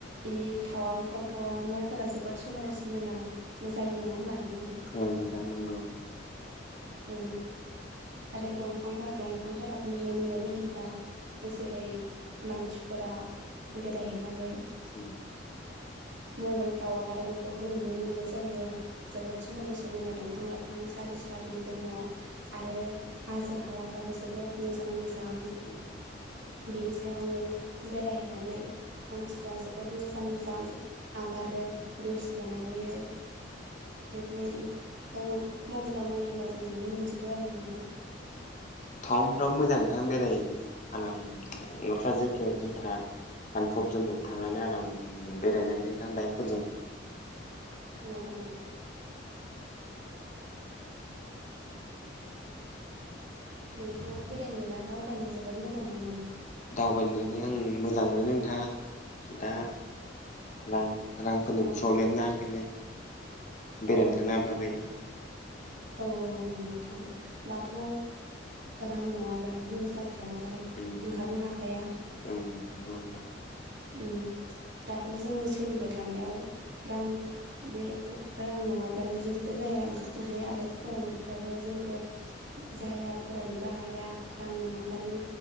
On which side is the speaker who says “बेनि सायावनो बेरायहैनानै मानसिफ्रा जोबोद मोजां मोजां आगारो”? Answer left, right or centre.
Right